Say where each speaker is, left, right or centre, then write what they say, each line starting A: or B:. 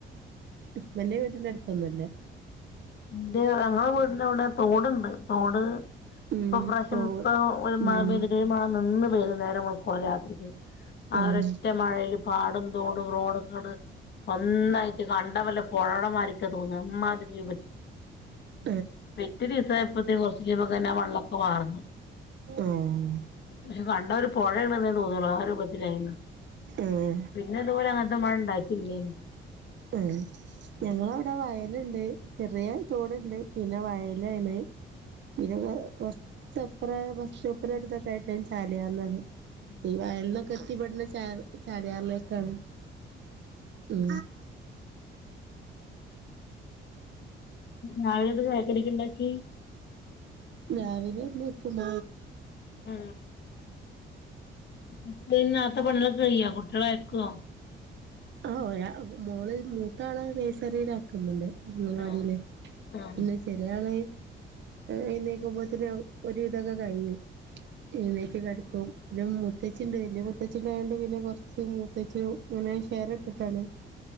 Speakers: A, on the right; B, on the left.
A: ഹസ്ബന്റിന്റെ വീട്ടിൽ അടുത്തൊന്നുമല്ല
B: എന്റെ ഞങ്ങളടെ വീടിന്റെ എവിടെ തോടുണ്ട് തോട്
A: ഉം
B: ഇപ്പൊ പ്രാവശ്യം
A: തോ
B: ഇപ്പൊ ഒരു മഴ
A: ഉം
B: പെയ്തിട്ട് ഒരു മഴ നിന്ന് പെയ്ത് നേരം വെളുക്കുവോളം രാത്രിക്ക് ആ
A: ആഹ്
B: ഒരൊറ്റ മഴയില് പാടും തോടും റോഡൊക്കെ അങ്ങോട്ട് ഒന്നായിട്ട് കണ്ട വല്ല പുഴയുടെ മാതിരിക്കാ തോന്നുന്നു അമാതിരി
A: ആ
B: എട്ടാം ദിവസായപ്പ കുറച്ച് ഇപ്പൊ തന്നെ വെള്ളൊക്കെ വാർന്നു
A: ആഹ്
B: പക്ഷെ കണ്ട ഒരു <unintelligible> പുഴ ഇടന്നേ തോന്നുള്ളൂ ആ രൂപത്തിലായിന്ന
A: ആഹ്
B: പിന്നെ ഇതുപോലെ അന ആായിത്തില്ലേ
A: ഉ ഞങ്ങളവിടെ വയലുണ്ട് ചെറിയ ചോടുണ്ട് പിന്നെ വയലാണ് പിന്നെ കുറച്ചപ്പ ബസ് സ്റ്റോപ്പിന അടുത്തൊക്കെ ആയിട്ട ചാലിയന്നത്
B: ഉം
A: ഈ വയൽന്നൊക്കെ കത്തിപ്പെെടുന്ന ച ചാരിയാറിലൊക്കാണ് ഉ
B: ഞാഴ ചക്കടക്ക് ഉണ്ടാക്കി
A: രാവിലെ ഇന്ന്പ്പണ
B: ആ കുട്ടന്നാത്തെ പണികളൊ കഴ്യ കുട്ടികള ആക്കുവോ
A: ആ ഒ മോളിൽ മൂത്താ ആള നഴ്സറിയില ആാക്കുന്നുണ്ട് അങ്ങനെവാാടില്ലേ
B: ആഹ് ആഹ്
A: പിന്നെ ചെറയാളെ എഴുന്നേക്കുമ്പോ തന്നെ ഒരു ഇതൊക്കെ കഴിയും എഴുന്നേറ്റ് കിടക്കും പിന്നെ മൂത്തച്ചിണ്ട് വലിയ മുൂത്തച്ച്ചിണ്ടായണ്ട് പിന്നെ കുറച്ച് മൂത്തച്ചു ഇങ്ങനെ ഷെയർ ഇട്ടിട്ടാണ്